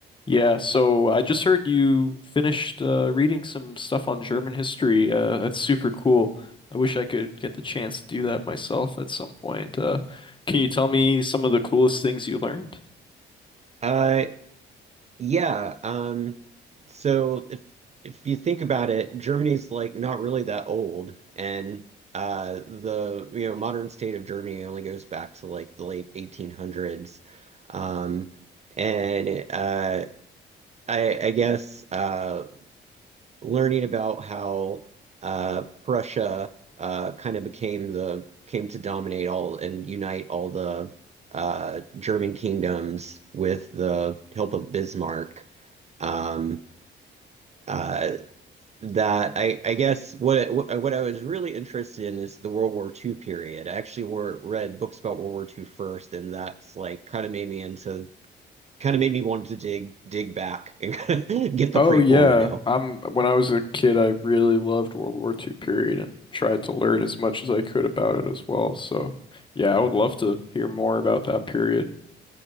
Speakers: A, on the left; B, on the right.
A: Yeah, so I just heard you finished uh, reading some stuff on German history. Uh, that's super cool. I wish I could get the chance to do that myself at some point. Uh, can you tell me some of the coolest things you learned?
B: Uh, yeah. Um, so if if you think about it, Germany's like not really that old, and uh, the you know modern state of Germany only goes back to like the late 1800s, um, and uh, I, I guess uh, learning about how uh, Prussia uh, kind of became the came to dominate all and unite all the uh, German kingdoms with the help of Bismarck um, uh, that I I guess what what I was really interested in is the World War II period. I actually were read books about World War II first, and that's like kind of made me into kind of made me want to dig dig back and <laughs> get the
A: Oh
B: prequel,
A: yeah,
B: you know.
A: I'm when I was a kid, I really loved World War II period and tried to learn as much as I could about it as well. So yeah, I would love to hear more about that period.